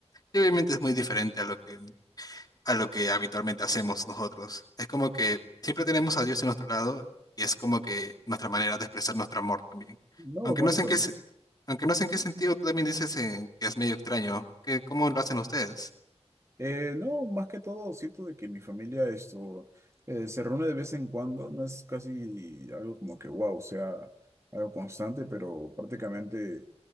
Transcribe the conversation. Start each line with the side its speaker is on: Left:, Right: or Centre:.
Left: Y obviamente es muy diferente a lo que a lo que habitualmente hacemos nosotros. Es como que siempre tenemos a Dios en nuestro lado y es como que nuestra manera de expresar nuestro amor también.
Right: No,
Left: Aunque
Right: es
Left: no
Right: bonito.
Left: sé en qué, se- aunque no sé en qué sentido, tú también dices eh, que es medio extraño. que cómo lo hacen ustedes?
Right: Eh, no, más que todo, siento de que mi familia esto eh, se reúne de vez en cuando, no es casi algo como que wow, sea algo constante, pero prácticamente